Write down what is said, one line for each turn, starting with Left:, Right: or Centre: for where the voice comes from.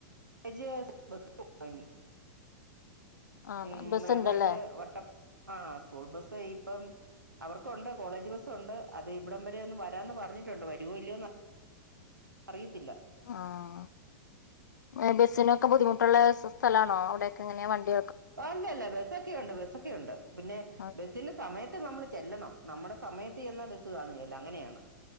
Right: കോളജ് ബസ്‌ വാങ്ങി
Left: ആഹ്
Right: ഉം
Left: ബസ് ഇണ്ടല്ലേ
Right: അതായത് വട്ട ആഹ് സ്കൂൾ ബസ്സ് ഇപ്പം അവർക്കുണ്ട് കോളേജ് ബസ്സുണ്ട് അത് ഇവിടം വരെ ഒന്ന് വരാന്ന് പറഞ്ഞിട്ടുണ്ട് വരുവോ ഇല്ലയോന്ന് അറിയത്തില്ല
Left: ആഹ് ബസിനൊക്കെ ബുദ്ധിമുട്ടുള്ള സ്ഥലാണോ അവിടോക്കെ ഇങ്ങനെയ വണ്ടി
Right: ഓഹ് ഇല്ലില്ല ബസ് സൊക്കെ ഉണ്ട് ബസ്സൊക്കെ ഉണ്ട് പിന്നെ
Left: ആഹ്
Right: ബെസിന്റെ സമയ ത്ത് നമ്മൾ ചെല്ലണം നമ്മുടെ സമയത്ത് ചെന്ന ബസ് കാണെലാ അങ്ങനെയാണ്